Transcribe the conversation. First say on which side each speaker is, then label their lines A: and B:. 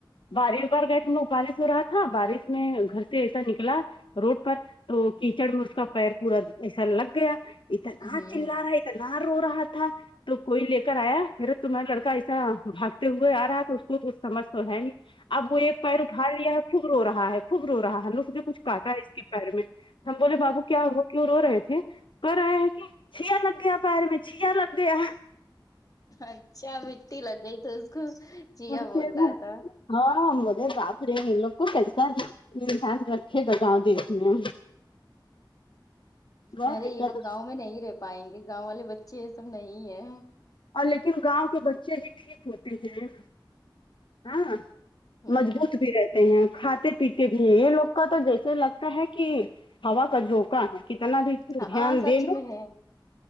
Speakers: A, on the left; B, on the left.
A: بار بار گئے ہم لوگ بارش ہو رہا تھا بارش میں گھر سے ایسا نکلا روڈ پر تو کیچڑ میں اس کا پیر پورا ایسا لگ گیا اتنا
B: ہوں
A: چلا رہا اتنا رو رہا تھا تو کوئی لے کر آیا میرا تمہارا لڑکا ایسا بھاگتے ہوئے آ رہا تو اس کو کچھ سمجھ تو ہے نہیں اب وہ ایک پیر اٹھا لیا ہے خوب رو رہا ہے خوب رو رہا ہے ہمنے سوچا کچھ کاٹا ہے پیر میں ہم بولے بابو کیا وہ کیوں رو رہے تھے کر رہے ہیں کہ چیا لگ یا پیر میں چیا لگ گیا
B: اچھا مٹی لگ گئی تو اس کو چیا
A: ہم
B: بول رہا تھا
A: ہاں مدے باب رے ان لوگو کیسا آی مسان رکھے گا گاؤں دیکھنے بہت
B: ارے یہ
A: دقت
B: لوگ گاؤں میں نہیں رہے پائیں گے گاؤں والے بچے یہ سب نہیں ہے
A: اور لیکن گاؤں کے بچے ہی ٹھیک ہوتے ہیں ہ
B: ہوں
A: مضبوط بھی رہتے ہیں کھاتے پیتے بھی یہ لوگ کا تو جیسے لگتا ہے کہ ہوا کا جھوکا ہے کتنا بھی دھیان
B: ہ ہاں سچ
A: دے لو
B: میں ہے